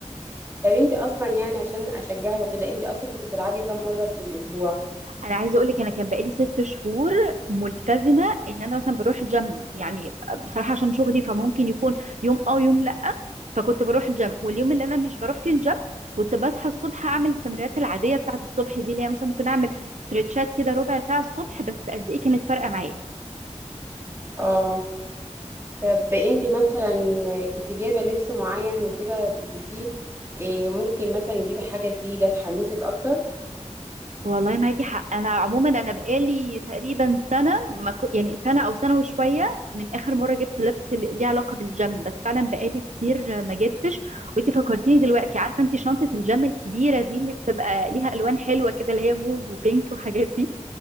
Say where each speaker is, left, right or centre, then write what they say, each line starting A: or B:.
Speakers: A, on the right; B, on the right.
A: طب انت اصلا يعني عشان اشجعك وكده انت اصلا كنت بتلعبي كام مره في الاسبوع
B: انا عايزه اقول لك انا كان بقالي ست شهور ملتزمه ان انا مثلا بروح الجيم يعني بصراحه عشان شغلي فممكن يكون يوم اه يوم لا فكنت بروح الجيم واليوم اللي انا مش بروح فيه الجيم كنت بصحى الصبح اعمل التمرينات العاديه بتاعت الصبح دي اللي هي مثلا ممكن اعمل ستريتشات كده ربع ساعه الصبح بس قد ايه كانت فارقه معايا
A: اه طب انت مثلا كنت جايبة لبس معين وكده تلبسيه إيه ممكن مثلا تجيبي حاجة جديدة تحمسك اكتر
B: والله معاكي حق انا عموما انا بقالي تقريبا سنه ما كو... يعني سنه او سنه وشويه من اخر مره جبت لبس اللي ليه علاقه بالجيم بس فعلا بقالي كتير ما جبتش وانتي فكرتيني دلوقتي عارفه انتي شنطه الجيم الكبيره دي اللي بتبقى ليها الوان حلوه كده اللي هي موف وبينك وحاجات دي